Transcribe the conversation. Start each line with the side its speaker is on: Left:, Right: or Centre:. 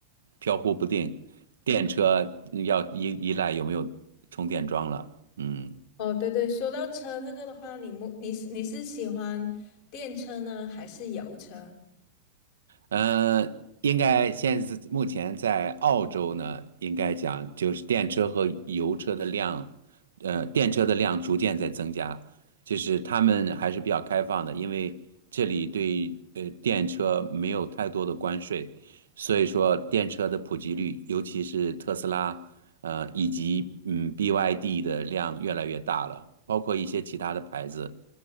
Right: 飘忽不定，电车要依依赖有没有充电桩了。嗯，
Left: 哦，对对，说到车这个的话，你目你是你是喜欢电车呢，还是油车？
Right: 呃，应该现在目前在澳洲呢，应该讲就是电车和油车的量，呃，电车的量逐渐在增加，就是他们还是比较开放的，因为这里对呃电车没有太多的关税，所以说电车的普及率，尤其是特斯拉，呃，以及嗯 BYD 的量越来越大了，包括一些其他的牌子。